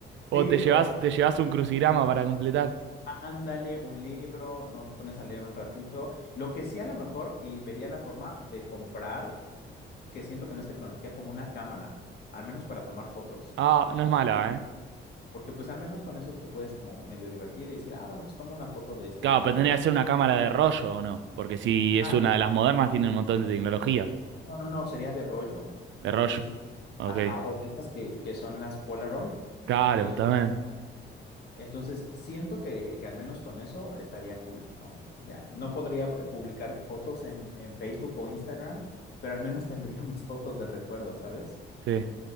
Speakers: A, on the right; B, on the left.
A: O
B: Sí,
A: te llevas,
B: o
A: te llevas un crucigrama para completar.
B: ándale un libro, no te pones a leer un ratito. Lo que sí a lo mejor, y vería la forma de comprar, que siento que no es tecnología, como una cámara, al menos para tomar fotos.
A: Ah, no es mala, ¿eh?
B: Porque pues al menos con eso te puedes como medio divertir y decir, ah, bueno, pues toma una foto de este
A: Claro,
B: lugar.
A: pero tendría que ser una cámara de rollo, ¿o no? Porque si es
B: Ah,
A: una de las modernas, tiene un montón de tecnología.
B: no, no, no, sería de rollo.
A: De rollo.
B: Sí, sí. sí.
A: Ok.
B: Ajá, o de estas que, que son las Polaroid,
A: Claro,
B: que...
A: también.
B: ¿no? Entonces, siento que, que al menos con eso estaría cool, ¿no? Ya, no podría eh, publicar fotos en, en Facebook o Instagram, pero al menos <laughs> tendría mis fotos de recuerdo, ¿sabes?
A: Sí.